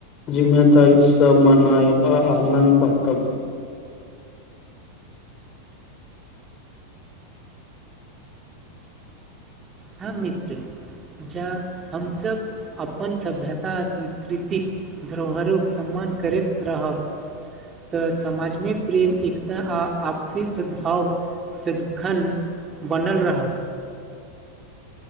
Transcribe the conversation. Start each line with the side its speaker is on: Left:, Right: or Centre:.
Left: जिम्मेदारी सँ मनायब आ आनन्द बाँटब
Right: हँ मित्र जाँ हमसभ अपन सभ्यता संस्कृति धरोहरोक सम्मान करैत रहब त समाज मे प्रेम एकता आ आपसी सद्भाव सदिखन बनल रहत